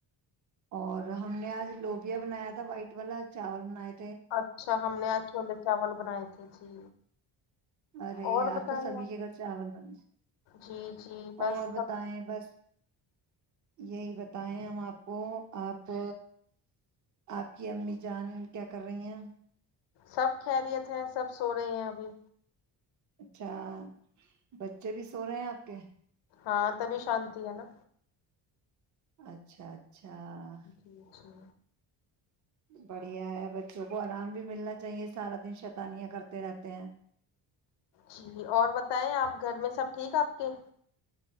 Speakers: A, on the right; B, on the left.
A: اور ہم نے آج لوبیا بنایا تھا وائٹ والا چاول بناائے
B: اچھا ہم نے آج چھولے چاول بنائے تھے جی
A: ارے
B: اور
A: یار
B: بتائیں
A: تو سبھی
B: آپ
A: کے گھر چاول بنے
B: جی جی بس
A: اور
B: سب
A: بتائیں بس یہی بت بتائیں ہم آپ کو آپ آپ کی امی جان کیا کر رہی ہیں
B: سب خریت ہے سب سو رہی ہیں ابھی
A: اچھا بچے بھی سو رہے ہیں آپ کے
B: ہاں تبھی شانتی ہے نا
A: اچھا اچھا
B: جی جی
A: بڑھیا ہے بچوں کو آرام بھی ملنا چاہیے سارا دن شتانیاں کرتے رہتے ہیں
B: جی اور بتائیں آپ گھر میں سب ٹھیک آپ کے